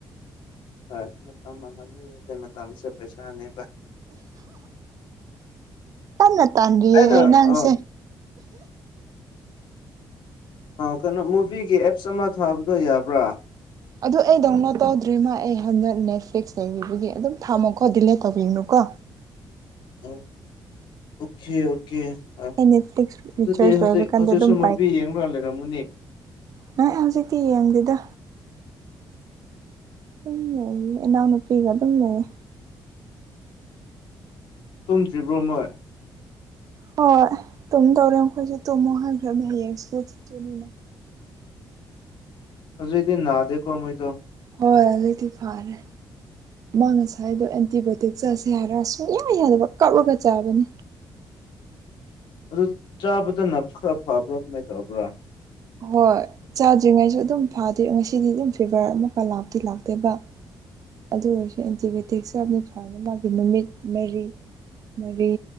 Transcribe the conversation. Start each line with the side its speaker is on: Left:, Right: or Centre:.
Left: ꯍꯣꯏ ꯃꯇꯝꯦ ꯃꯇꯝ ꯃꯇꯝꯁꯦ ꯄꯩꯁꯥꯅꯦ
Right: ꯇꯥꯟ ꯇꯥꯟꯔꯤꯌꯦ
Left: ꯑꯩꯅ
Right: ꯅꯟꯁꯦ
Left: ꯑ ꯀꯩꯅꯣ ꯃꯨꯚꯤꯒꯤ ꯑꯦꯞꯁ ꯑꯃ ꯊꯥꯕꯗꯣ ꯌꯥꯕ꯭ꯔꯥ
Right: ꯑꯗꯨ ꯑꯩ ꯗꯗꯥꯎꯟꯂꯣꯠ ꯇꯧꯗ꯭ꯔꯤꯃꯥ ꯑꯩ ꯍꯟꯗꯛ ꯅꯦꯠꯐ꯭ꯂꯤꯛꯁ ꯂꯩꯕꯤꯕꯒꯤ ꯑꯗꯨꯝ ꯊꯝꯃꯣꯀꯣ ꯗꯤꯂꯦ ꯇꯧꯕꯤꯒꯅꯨꯀꯣ
Left: ꯑꯣ ꯑꯣꯀꯦ ꯑꯣꯀꯦ ꯑ
Right: ꯑꯩ ꯅꯦꯠꯐ꯭ꯂꯤꯛꯁ
Left: ꯑꯗꯨꯗꯤ
Right: ꯔꯤꯆꯥꯔꯖ
Left: ꯍꯧꯖꯤꯛ
Right: ꯂꯣꯏꯕ ꯀꯥꯟꯗ
Left: ꯍꯧꯖꯤꯛ
Right: ꯑꯗꯨꯝ
Left: ꯁ ꯃꯨꯕꯤ ꯌꯦꯡꯂꯡꯨꯔꯒ ꯂꯩꯔꯝꯒꯅꯤ
Right: ꯅ ꯍꯧꯖꯤꯛꯇꯤ ꯌꯦꯡꯗꯦꯗ ꯑꯗꯨꯝ ꯂꯩꯌꯦ ꯏꯅꯥꯎꯅꯨꯄꯤꯒ ꯑꯗꯨꯝ ꯂꯩꯌꯦ
Left: ꯇꯨꯝꯗ꯭ꯔꯤꯕ꯭ꯔꯣ ꯃꯣꯏ
Right: ꯍꯣꯏ ꯍꯣꯏ ꯇꯨꯝ ꯇꯧꯔꯦ ꯃꯈꯣꯏꯁꯨ ꯇꯨꯝꯃꯣ ꯍꯥꯏꯈ꯭ꯔꯕꯅ ꯍꯌꯦꯡꯁꯨ ꯆꯠꯇꯣꯏꯅꯤꯅ
Left: ꯍꯧꯁꯨ ꯏꯗꯤ ꯅꯥꯗꯦꯀꯣ ꯑꯃꯣꯏꯣ
Right: ꯍꯔ ꯑꯗꯤ ꯐꯥꯔꯦ ꯃꯥ ꯉꯁꯥꯏꯗꯣ ꯑꯦꯟꯇꯤꯕꯥꯌꯣꯇꯤꯛ ꯆꯥꯁꯦ ꯍꯥꯏꯔꯒ ꯁꯨꯡꯌꯥ ꯌꯥꯗꯕ ꯀꯞꯔꯒ ꯆꯥꯕꯅꯤ
Left: ꯑꯗꯨ ꯆꯥꯕꯗꯅ ꯈꯔ ꯐꯕ꯭ꯔꯥ ꯀꯃꯥꯏꯅ ꯇꯧꯔꯕ꯭ꯔꯣ
Right: ꯍꯣꯏ ꯆꯥꯗ꯭ꯔꯤꯉꯩꯁꯨ ꯑꯗꯨꯝ ꯐꯥꯗ꯭ꯔꯤ ꯉꯁꯤꯗꯤ ꯑꯗꯨꯝ ꯐꯤꯚꯔ ꯑꯃꯨꯛꯀ ꯂꯥꯛꯇꯤ ꯂꯥꯛꯇꯦꯕ ꯑꯗꯨ ꯑꯣꯏꯔꯁꯨ ꯑꯦꯟꯇꯤꯕꯥꯌꯣꯇꯤꯛꯁꯨ ꯌꯥꯝꯅ ꯐꯪꯅꯤ ꯃꯥꯒꯤ ꯅꯨꯃꯤꯠ ꯃꯔꯤ ꯃꯔꯤ